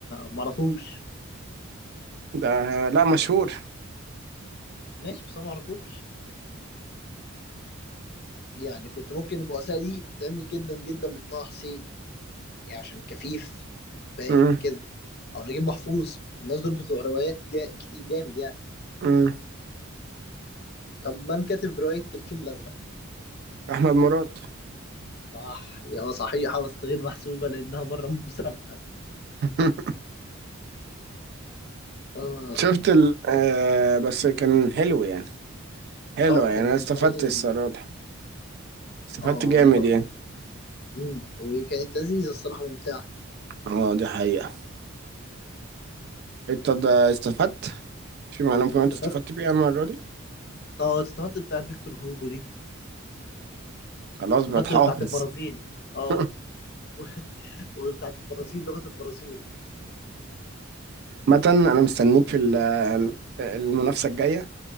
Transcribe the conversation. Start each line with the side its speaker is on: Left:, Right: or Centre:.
Left: معرفوش
Right: ده لا مشهور
Left: ماشي بس انا معرفوش يعني كنت ممكن البؤساء دي تتعمل جدا جدا من طه حسين يعني عشان كفيف فاهم
Right: امم
Left: كده او نجيب محفوظ الناس دول بتوع روايات جا... كتير جامد يعني
Right: امم
Left: طب من كاتب رواية الفيل الأزرق
Right: احمد مراد
Left: صح يا صحيحة بس غير محسوبة لأنها بره المسابقة
Right: <laughs>
Left: اه
Right: شفت ال آه بس كان حلو يعني حلو
Left: اه
Right: يعني
Left: كان
Right: انا استفدت
Left: المرة دي
Right: الصراحه استفدت
Left: اه
Right: جامد
Left: المرة
Right: يعني
Left: دي مم. وكانت لذيذة الصراحة ممتعة
Right: اه دي حقيقه انت ده استفدت في معلومه كمان
Left: استفدت
Right: انت استفدت بيها المره دي
Left: اه استفدت بتاعت فيكتور هوجو دي
Right: خلاص
Left: واستفدت
Right: بقت حافظ
Left: بتاعت البرازيل اه
Right: <laughs>
Left: <laughs> وبتاعت البرازيل لغة البرازيل
Right: متن انا مستنيك في ال- المنافسه الجايه